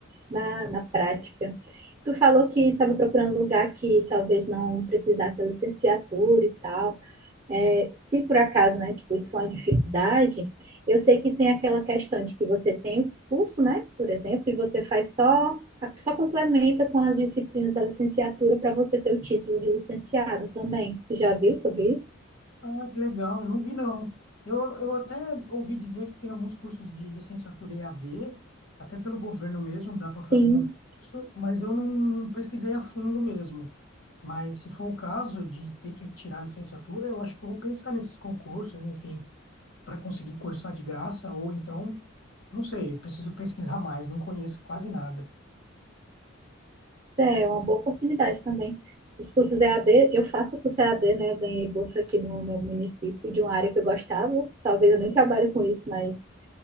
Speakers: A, on the right; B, on the left.
A: na, na prática. Tu falou que estava procurando um lugar que talvez não precisasse da licenciatura e tal. É, se por acaso, né, tipo, isso for uma dificuldade, eu sei que tem aquela questão de que você tem o curso, né, por exemplo, e você faz só, só complementa com as disciplinas da licenciatura para você ter o título de licenciado também. Você já viu sobre isso?
B: Ah, que legal, eu não vi não. Eu, eu até ouvi dizer que tem alguns cursos de licenciatura EAD, até pelo governo mesmo, dá para
A: Sim,
B: fazer concurso, mas eu não pesquisei a fundo mesmo. Mas se for o caso de ter que tirar a licenciatura, eu acho que eu vou pensar nesses concursos, enfim, para conseguir cursar de graça, ou então, não sei, preciso pesquisar <laughs> mais, não conheço quase nada.
A: é uma boa oportunidade também. Os cursos EAD, eu faço o curso EAD, né, ganhei bolsa aqui no meu município de uma área que eu gostava, talvez eu nem trabalhe com isso, mas